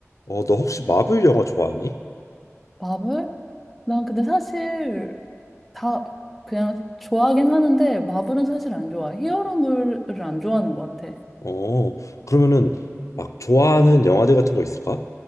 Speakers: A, on the left; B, in the centre.
A: 어, 너 혹시 마블 영화 좋아하니?
B: 마블? 난 근데 사실 다 그냥 좋아하긴 하는데 마블은 사실 안 좋아. 히어로물을 안 좋아하는 것 같아.
A: 어, 그러면은 막 좋아하는 영화들 같은 거 있을까?